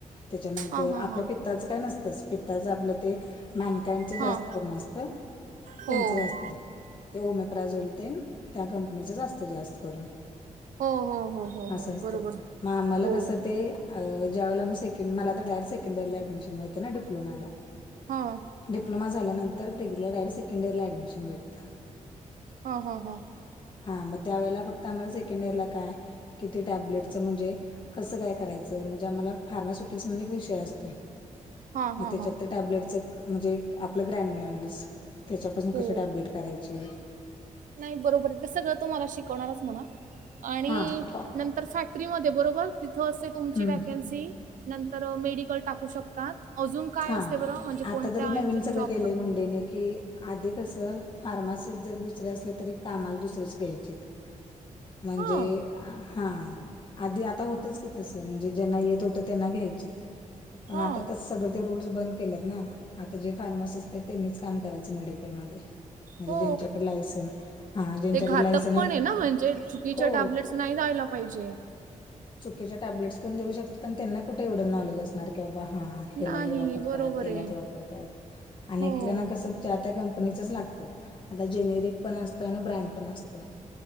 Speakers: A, on the left (about 40°); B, on the right (about 85°).
A: त्याच्यानंतर
B: हां हां
A: आपल्या
B: हां
A: पित्ताचं काय नसतच, पित्ताचं आपलं ते मॅनकाइंडच जास्त
B: हां
A: करून असत, त्यांचंच
B: हो.
A: आसत. ते ओमेप्रा झोल तेन, त्या कंपनीच च जास्त करून.
B: हो हो हो हो
A: असं
B: हो
A: असत,
B: बरोबर
A: म आम्हाला
B: हो
A: कसं ते अं ज्यावेळेला मी सेकंड, मला तर डायरेक्ट सेकंड इअर ला अँडमिशन मिळतं ना, डिप्लोमाला.
B: हा.
A: डिप्लोमा झाल्यानंतर, डिग्री ला डायरेक्ट सेकंड इयर ला अँडमिशन भेटंत.
B: हा हा हा.
A: हां, म त्यावेेळेला फक्त आम्हाला सेकंड इयर ला काय? किती टॅबलेटच म्हणजे कसं काय करायचं? म्हणजे आम्हाला फार्मास्युटिक्स म्हणुन एक विषय असतोय.
B: हा
A: म
B: हा
A: त्याच्यात
B: हा
A: ते टॅबलेटच म्हणजे आपलं ग्रॅन्युअलस त्याच्यापासनं
B: हो
A: कशी टॅब्लेट करायची?
B: नाही बरोबर आहे ते सगळं तुम्हाला शिकवणारच म्हणा आणि
A: हा कॉ
B: नंतर फॅक्टरीमध्ये बरोबर तिथं असते तुमची
A: हम्म
B: व्हॅकन्सी नंतर मेडिकल टाकू शकतात अजून काय
A: हा
B: असते बरं म्हणजे
A: आता
B: कोणत्या
A: तरी नवीन
B: याच्यात
A: सगळं
B: जॉब
A: केलंय
B: करत
A: मुंडेने कि आधी कसं फार्मासिस्ट जरी दुसरे असले तरी कामाला दुसरेच घ्यायचीत म्हणजे
B: हा
A: आं हा आधी आता होतच की तसं म्हणजे ज्यांना येत होतं त्यांना घ्यायचेत पण
B: हा
A: आता तर सगळं रूल्स बंद केलेत ना आता जे फार्मासिस्ट आहेत त्यांनीच काम करायचं मेडिकलमध्ये म्हणजे
B: हो
A: ज्यांच्याकडे लायसन हा ज्यांच्याकडे
B: ते घातक
A: लायसन आहेत
B: पण आहे ना म्हणजे चुकीच्या
A: हो
B: टॅबलेट्स नाही जायला पाहिजेत.
A: चुकीच्या टॅब्लेट्स पण देऊ शकतात, आणि त्यांना कुठे एवढं नॉलेज असणार की बाबा हा हेला
B: नाही
A: हे वापरतात,
B: बरोबर
A: तेला
B: आहे
A: ते वापरतात, आणि
B: हो
A: एक- एक काना कसं चा त्या कंपनीच लागत, असं जेनेरिक पण असत, ब्रँड पण असत.